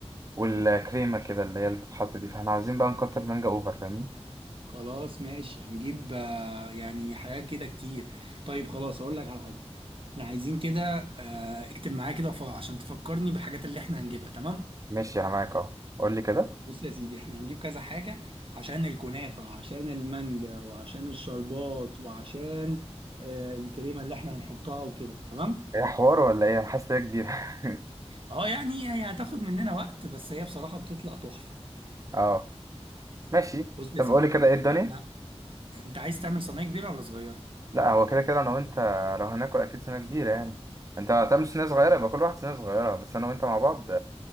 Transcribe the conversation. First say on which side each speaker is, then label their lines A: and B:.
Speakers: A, on the right; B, on the right.
A: والكريمه كده اللي هي اللي بتتحط دي فاحنا عاوزين بقى نكتر المانجا اوفر فاهمني
B: خلاص ماشي هنجيب آه، يعني حاجات كده كتير طيب خلاص اقول لك على حاجه احنا عايزين كده آه، اكتب معايا كده ف- عشان تفكرني بالحاجات اللي احنا هنجيبها تمام
A: ماشي انا معاك اهو قول لي كده
B: بص يا سيدي احنا هنجيب كذا حاجه عشان الكنافه وعشان المانجا وعشان الشربات وعشان آه، الكريمه اللي احنا هنحطها وكده تمام
A: ايه حوار ولا ايه انا حاسس ان هي كبيره <laughs>
B: اه يعني هي هتاخد مننا وقت بس هي بصراحة بتطلع تحفة
A: اه ماشي
B: بص يا
A: طب
B: سيدي
A: قول لي كده ايه الدنيا
B: احنا انت عايز تعمل صينية كبيرة ولا صغيرة؟
A: لا هو كده كده انا وانت لو هناكل اكيد سنه كبيره يعني انت هتعمل سنه صغيره يبقى كل واحد سنه صغيره بس انا وانت مع بعض